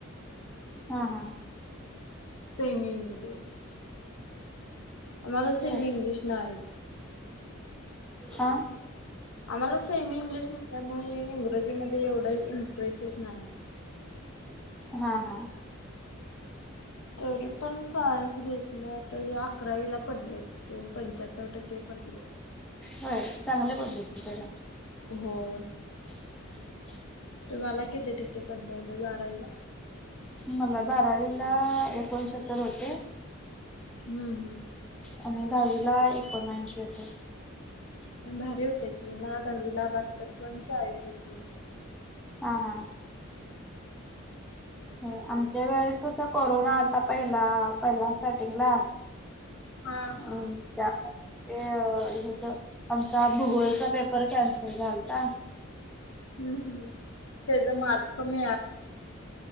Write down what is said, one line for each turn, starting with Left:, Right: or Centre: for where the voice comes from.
Centre: हा हा,
Left: सेमी इंग्लिश माझं सेमी
Centre: होय
Left: इंग्लिश नाहीच.
Centre: हा
Left: आम्हाला सेमी इंग्लिश नसल्यामुळे इंग्रजी मध्ये एवढा इंटरेस्टच नाही.
Centre: हा हा,
Left: तरी पण सायन्स घेतला. तरी अकरावीला पडले. पंच्याहत्तर टक्के पडले.
Centre: होय. चांगले पडले कि तर
Left: होय.
Centre: <inaudible>
Left: तुम्हाला किती टक्के पडलेले बारावीला?
Centre: मला बारावीला एकोणसत्तर होते.
Left: हम हम्म,
Centre: आणि दहावी ला एकोणऐंशी होते.
Left: पण भारी होते की, मला दहावीला बाहत्तर पॉइंट चाळीस होते.
Centre: हा हा, होय. आमच्या वेळेस कसं कोरोना आलता पहिला पहिला स्टार्टिंगला
Left: हा
Centre: अम,
Left: हा.
Centre: त्यामुळ ए ह्याच आमचा भूगोलचा पेपर कॅन्सल झालता.
Left: हम्म हम् त्याचा मार्क्स कमी आहे.